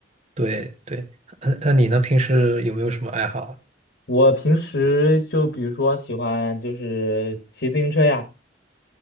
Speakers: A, on the right; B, on the left.
A: 对对，嗯，那你呢？平时有没有什么爱好啊？
B: 我平时就比如说喜欢就是骑自行车呀，